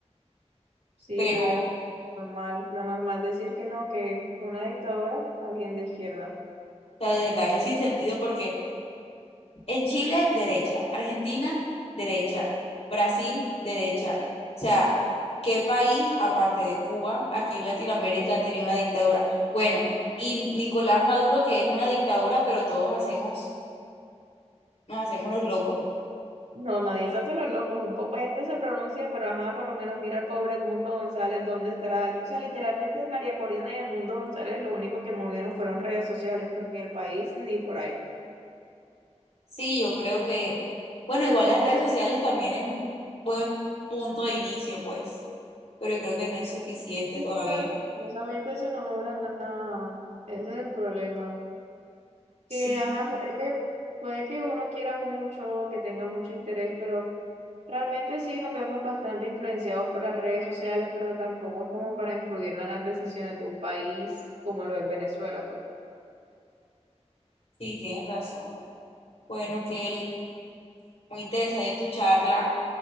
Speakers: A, on the right; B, on the left.
A: Sí,
B: pero,
A: pero era
B: o
A: normal, lo normal decir que no, que una dictadora, alguien de izquierda.
B: sea, de verdad que sin sentido porque En Chile, derecha. Argentina, derecha. Brasil, derecha. O sea, ¿qué país, aparte de Cuba, aquí en Latinoamérica tenía una dictadura? Bueno, y Nicolás Maduro, que es una dictadura, pero todos hacemos, nos hacemos los locos.
A: No, nadie se hace los locos, un poco de gente se pronuncia, pero ajá, por lo menos mira al pobre Edmundo González, ¿dónde estará? O sea, literalmente María Corina y Edmundo González lo único que movieron fueron redes sociales, porque el país ni por ahí.
B: Sí, yo creo que, bueno, igual las redes sociales también es un buen punto de inicio, pues, pero yo creo que no es suficiente
A: Sí,
B: todavía.
A: pero lastimosamente eso no logra nada. Ese es el problema.
B: Sí,
A: Que, ajá, puede que, puede que uno quiera mucho, que tenga mucho interés, pero Realmente sí nos vemos bastante influenciados por las redes sociales, pero tampoco es como para influir en las decisiones de un país como lo es Venezuela, pues.
B: sí, tienes razón. Bueno, Kelly, muy interesante tu charla.